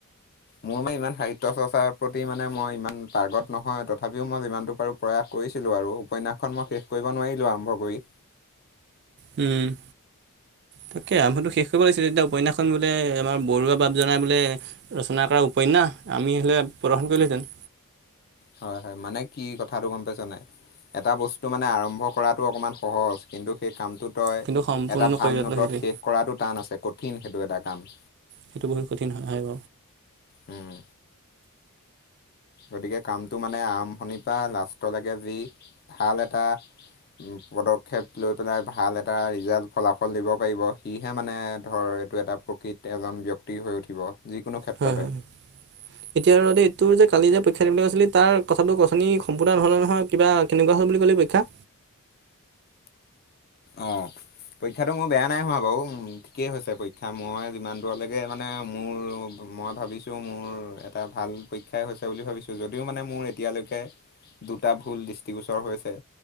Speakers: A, on the left; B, on the right.
A: মোৰ মানে ইমান সাহিত্য চৰ্চাৰ প্ৰতি মানে মই ইমান পাৰ্গত নহয়, তথাপিও মই যিমানটো পাৰোঁ। প্ৰয়াস কৰিছিলোঁ আৰু উপন্যাসখন মই শেষ কৰিব নোৱাৰিলোঁ আৰম্ভ কৰি।
B: উম। তাকে আৰম্ভণিটো শেষ কৰিব লাগিছিলে এতিয়া উপন্যাসখন বোলে আমাৰ বৰুৱা বাপ জনাই বোলে। ৰচনা কৰা উপন্যাস আমি হ'লে প্ৰদৰ্শন কৰিলোহেঁতেন।
A: হয়-হয়, মানে কি কথাটো গম পাইছ নাই? এটা বস্তু মানে আৰম্ভ কৰাটো অকমান সহজ, কিন্তু সেই কামটোত- তয়
B: কিন্তু সম্পূৰ্ণ
A: এটা ভাল
B: কৰি
A: নোটত
B: পেলাই সেইটোৱে
A: শেষ কৰাটো টান আছে! কঠিন সেইটো এটা কাম।
B: সেইটো বহুত কঠিন হয়।
A: উম গতিকে কামটো মানে আৰম্ভণিৰ পৰা লাষ্টলৈকে যি ভাল এটা- পদক্ষেপ লৈ পেলাই ভাল এটা ৰিজাল্ট ফলাফল দিব পাৰিব, সিহে মানে ধৰ- টো এটা প্ৰকৃত এজন ব্যক্তি হৈ উঠিব। যিকোনো ক্ষেত্ৰতে
B: হয় হয়। এতিয়া আৰু দেই তোৰ যে কালি যে পৰীক্ষা দিবলৈ কৈছিলে তাৰ কথাটো অঠনি সম্পূৰ্ণ নহ'লে নহয় কিবা- কেনেকুৱা হ'ল বুলি ক'লি পৰীক্ষা?
A: অঁ। পৰীক্ষাটো মোৰ বেয়া নাই হোৱা বাৰু ঠিকেই হৈছে পৰীক্ষা মই যিমান দূৰলৈকে মানে মোৰ- মই ভাবিছোঁ, মোৰ এটা ভাল পৰীক্ষাই হৈছে বুলি ভাবিছোঁ! যদিও মানে মোৰ এতিয়ালৈকে- দুটা ভুল দৃষ্টিগোচৰ হৈছে।